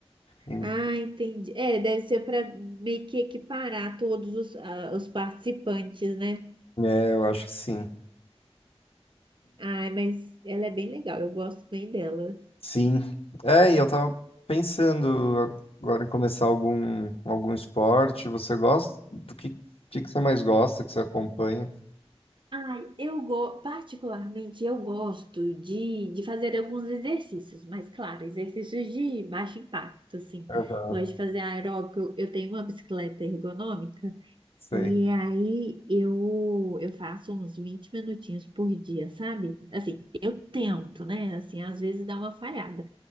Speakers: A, on the left; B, on the right.
A: Hum.
B: ah, entendi. É, deve ser para meio que equiparar todos os, ah, os participantes, né?
A: É, eu acho que sim.
B: Ai, mas ela é bem legal, eu gosto bem dela.
A: Sim. É, e eu tava pensando agora em começar algum, algum esporte. Você gosta? Do que, que, que você mais gosta, que você acompanha?
B: Ai, eu go... particularmente eu gosto de, de fazer alguns exercícios, mas claro, exercícios de baixo impacto, assim.
A: Aham,
B: Eu gosto de fazer aeróbico, eu tenho uma bicicleta ergonômica.
A: sei.
B: E aí eu, eu faço uns 20 minutinhos por dia, sabe? Assim, eu tento, né? Assim, às vezes dá uma falhada,